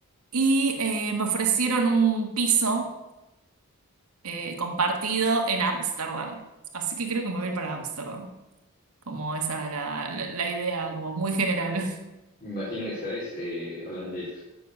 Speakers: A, on the right (about 85°); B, on the left (about 40°).
A: y eh, me ofrecieron un piso eh, compartido en Ámsterdam, así que creo que me voy a ir para Ámsterdam. Como esa es la, la- la idea, como muy general. <laughs>
B: Me imagino que sabés eh, holandés.